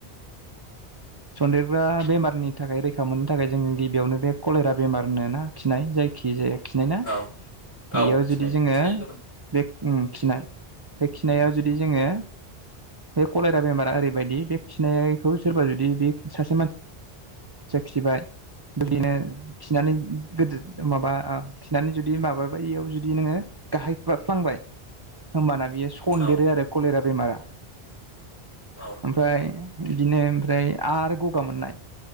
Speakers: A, on the right; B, on the left.
A: सन्देरग्रा बेमारनि थाखाय रैखा मोननो थाखाय जोङो गिबियावनो बे कलेरा बेमार होनोना खिनाय जाय खि जाया खिनाय ना
B: औ औ
A: बेयाव
B: सिनाय
A: जुदि जोङो
B: सिनाय गोमोन
A: बे खिनाय बे खिनायाव जुदि जोङो बे कलरा बेमारा ओरैबायदि बे खिनायखौ सोरबा जुदि बे सासे मानसि खिबाय बिदिनो खिनानै गोदो माबा खिनानै जुदि माबाबाय बेयाव जुदि नोङो गाहायफ्लांबाय होमबाना बियो फनदेरो
B: औ
A: आरो कलेरा बेमारा
B: औ।
A: ओमफ्राय बिदिनो ओमफ्राय आरो गगा मोननाय